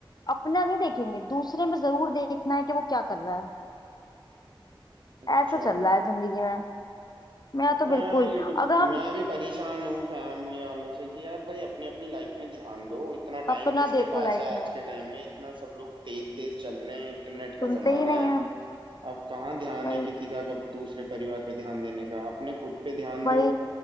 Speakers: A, on the left; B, on the right.
A: अपना नहीं देखेंगे दूसरे में जरूर देखना है कि वो क्या कर रहा
B: अच्छा
A: है ऐसा चल रहा है जिंदगी में मेरा
B: हाँ,
A: तो बिल्कुल
B: ये ब-
A: अगर हम
B: मैं भी परेशान हूँ फैमिली वालों से कि यार भाई अपनी अपनी लाइफ में ध्यान दो इतना
A: अपना
B: टाइम किसके
A: देखो
B: पास
A: लाइफ
B: है
A: में
B: आज के टाइम में इतना सब लोग तेज तेज चल रहे हैं इंटरनेट का
A: सुनते
B: जमाना
A: ही नहीं
B: है
A: है
B: अब कहाँ ध्यान
A: भाई
B: है किसी का कब दूसरे परिवार पे ध्यान देने का अपने खुद पे ध्यान
A: भाई
B: दो